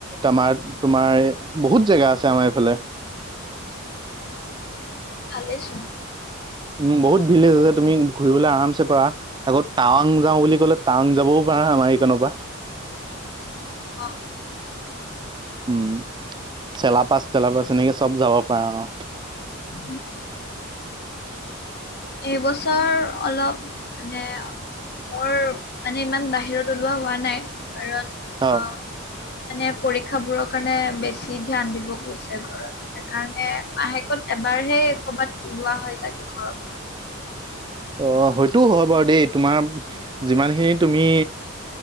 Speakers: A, on the right (about 20°); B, on the left (about 50°).
A: তামাৰ তোমাৰ বহুত জেগা আছে আমাৰ এইফালে
B: ভালে চোন
A: উ বহুত ভিলেজ আছে তুমি ঘুৰিবলে আৰামছে পাৰা। আকৌ টাৱাং যাওঁ বুলি ক'লে টাৱাং যাবও পাৰা আমাৰ এইকনৰ পৰা।
B: অ
A: উম চেলা পাছ তেল পাছ এনেকে চব যাব পাৰা অ।
B: <unintelligible> এইবছৰ অলপ মানে। মোৰ মানে ইমান বাহিৰত ওলোৱা হোৱা নাই কাৰণ
A: অ
B: আহ। মানে পৰীক্ষা বোৰৰ কাৰণে বেছি ধ্যান দিব কৈছে ঘৰত। সেইকাৰণে মাহেকত এবাৰহে কৰ'বাত ওলোৱা হয় চাগে ঘৰৰ পৰা।
A: অ হয়টোও হয় বাৰু দেই তোমাৰ যিমানখিনি তুমি।